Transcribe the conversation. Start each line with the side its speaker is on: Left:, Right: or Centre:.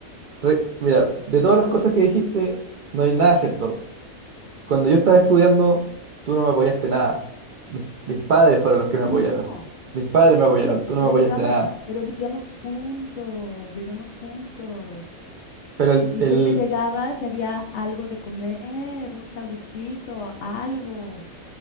Right: re- mira, de todas las cosas que dijiste, no hay nada cierto. Cuando yo estaba estudiando, tú no me apoyaste nada. Mis, mis padres fueron los que
Left: ¿Cómo
Right: me apoyaron.
Left: no?
Right: Mis padres me apoyaron,
Left: Y que,
Right: tú no
Left: pero
Right: me apoyaste
Left: llegaba,
Right: nada.
Left: pero vivíamos juntos, vivíamos juntos.
Right: Pero el,
Left: Y
Right: el-
Left: siempre llegabas y había algo de comer, un sandwichito, algo.